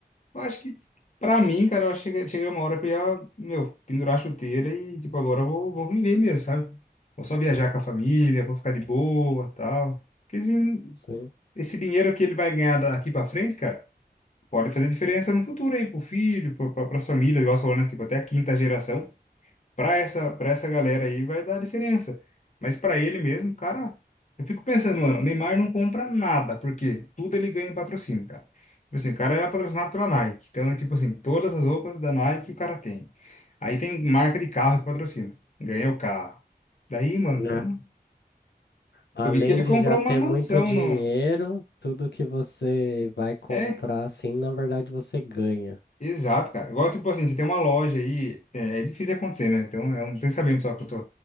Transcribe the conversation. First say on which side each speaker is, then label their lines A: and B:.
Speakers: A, on the left (about 45°); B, on the left (about 85°).
A: Eu acho que, pra mim, cara, eu acho que chega, chega uma hora que eu ia, meu, pendurar a chuteira e tipo, agora eu vou, vou viver mesmo, sabe? Vou só viajar com a família, vou ficar de boa, tal. Porque assim,
B: Sim.
A: esse dinheiro que ele vai ganhar daqui pra frente, cara, pode fazer diferença no futuro aí, pro filho, pra, pra, pras famílias, igual você falou, né? Tipo, até a quinta geração para essa, para essa galera aí vai dar diferença. Mas para ele mesmo, cara, eu fico pensando, mano, o Neymar não compra nada, porque tudo ele ganha em patrocínio, cara. Tipo assim, o cara era patrocinado pela Nike. Então, é tipo assim, todas as roupas da Nike o cara tem. Aí tem marca de carro que patrocina. Ganha o carro. Daí, mano,
B: Né?
A: então,
B: Além
A: eu vi que ele comprou
B: de já ter
A: uma mansão
B: muito dinheiro,
A: no.
B: tudo que você vai comprar,
A: É,
B: assim, na verdade você ganha.
A: Exato, cara. Igual, tipo assim, você tem uma loja aí, é, é difícil acontecer, né? Então é um pensamento só que eu tô.